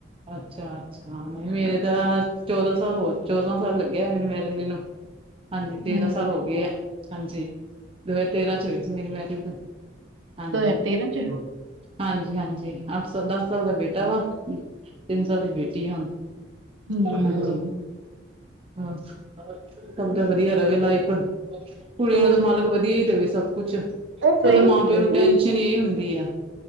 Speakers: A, on the right; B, on the right.
A: ਅੱਛਾ-ਅੱਛਾ, ਨਈ ਮੇਰੇ
B: ਹਾਂਜੀ।
A: ਤਾਂ ਚੌਦਾਂ ਸਾਲ ਹੋ, ਚੋਦਵਾ ਸਾਲ ਲੱਗਿਆ ਮੇਰੀ ਮੈਰਿਜ ਨੂੰ। ਹਾਂਜੀ, ਤੇਰਾਂ
B: ਹੂੰ
A: ਸਾਲ ਹੋ ਗਏ ਆ ਹਾਂਜੀ। ਦੋ ਹਜ਼ਾਰ ਤੇਰਾਂ 'ਚ ਹੋਈ ਸੀ ਮੇਰੀ ਮੈਰਿਜ। ਹਾਂਜੀ,
B: ਦੋ ਹਜ਼ਾਰ ਤੇਰਾਂ ਚ
A: ਹਾਂਜੀ-ਹਾਂਜੀ, ਅੱਠ ਸ ਦਸ ਸਾਲ ਦਾ ਬੇਟਾ ਵਾ। ਤਿੰਨ ਸਾਲ ਦੀ ਬੇਟੀ ਆ, ਹਾਂਜੀ।
B: ਹੂੰ
A: ਹਾਜੀ, ਕੱਲ ਤੋ ਵਦੀਆ ਰਵੇ ਲਾਈਫ। ਕੁੜੀਆਂ
B: ਹੋਰ
A: ਨੂੰ ਤਾਂ ਮਾਲਕ
B: ਕੀ।
A: ਵਦੀਆ ਈ ਦੇਵੇ ਸਭ ਕੁਛ।
B: ਸਹੀ
A: ਪਤਾ ਮਾਂ
B: ਗੱਲ
A: ਪਿਓ
B: ਐ,
A: ਨੂੰ ਟੈਨਸ਼ਨ ਇਹੀ ਹੁੰਦੀ ਆ